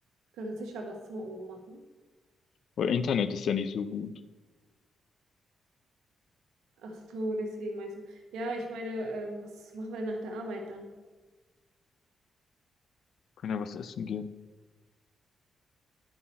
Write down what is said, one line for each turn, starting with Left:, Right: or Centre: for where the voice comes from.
Right: Wir können das in Tischler das Zimmer oben machen.
Left: Weil Internet ist ja nicht so gut.
Right: Ach so, deswegen meinst du. Ja, ich meine, ähm, was machen wir denn nach der Arbeit dann?
Left: Können ja was essen gehen.